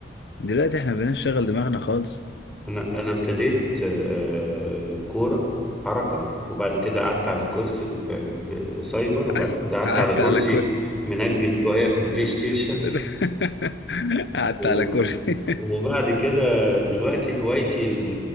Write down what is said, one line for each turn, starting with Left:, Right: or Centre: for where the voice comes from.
Left: دلوقتي احنا مبقيناش نشغل دماغنا خالص
Centre: انا انا ابتديت آه، كوره حركه وبعد كده قعدت على كرسي في في سايبر
Left: <laughs>
Centre: وبعد كده قعدت
Left: قعدت
Centre: على كرسي
Left: على كرسي
Centre: منجد شويه في بلاي ستيشن
Left: <laughs> قعدت
Centre: و-
Left: على كرسي
Centre: وبعد كده دلوقتي هوايتي ال